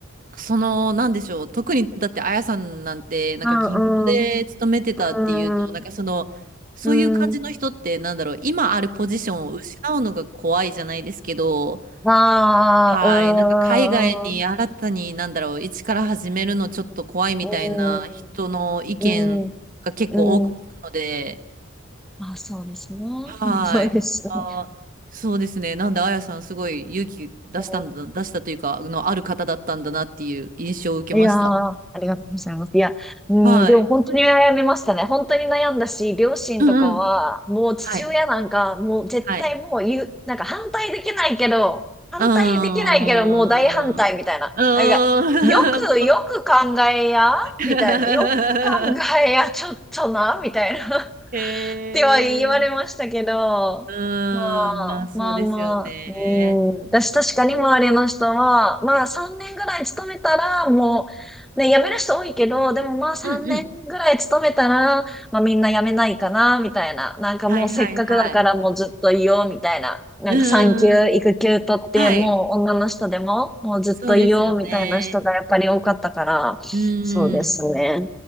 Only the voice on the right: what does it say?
その、なんでしょう、特にだって、あやさんなんて、なんか銀行で勤めてたっていうと、
なんかその、そういう感じの人って、
なんだろう、今あるポジションを失うのが怖いじゃないですけど、
はい、なんか海外に新たに、
なんだろう、一から始めるのちょっと怖いみたいな人の意見が結構多く聞くので、
はい。
あー、そうですね。なんで、あやさん、すごい勇気出したんだ、
出したというか、あの、ある方だったんだなっていう印象を受けました。
はい。
うんうん。
はい。
はい。
うーん。
うーん。
<laughs> もう
<laughs>
え
ー。うーん。
まあ、そうですよね。
うんうん。
はいはいはい。
うんうんうん。
はい。
そうですよね。
うーん。